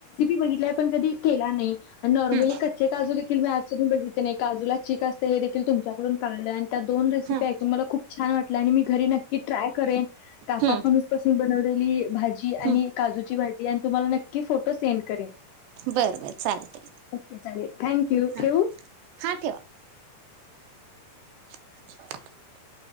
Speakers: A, on the left; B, on the right.
A: बघितय पण कधी केला नाही आणि नॉर्मली
B: हम्म
A: कच्चे काजू देखील म तून बघीतने काजूला चचीक असते हे देखील तुमच्याकडून कल्या त्या दोन रेसिपी
B: हम्म
A: ऐकून मला खूप छान वाटल्या आणि मी घरी नक्की ट्राय करेन काफ
B: हम्म
A: फनूस <unintelligible> भाजी आणि
B: हम्म
A: काजूची भाजी आणि तुम्हाला नक् फोटो सेंड करेन
B: बर बर चालते
A: ओके चालेल थँक्यू
B: हा
A: ठेव.
B: हा ठेवा <unintelligible>